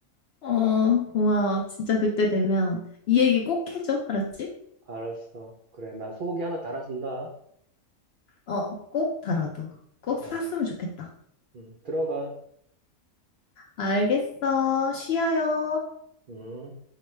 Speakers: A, on the left; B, on the right.
A: 어, 고마워. 진짜 그때 되면 이 얘기 꼭 해줘. 알았지?
B: 알았어. 그래. 나 소고기 하나 달아준다.
A: 어, 꼭 달아도. 꼭
B: 알았어.
A: 샀으면 좋겠다.
B: 음, 들어가.
A: 알겠어. 쉬어요.
B: 음.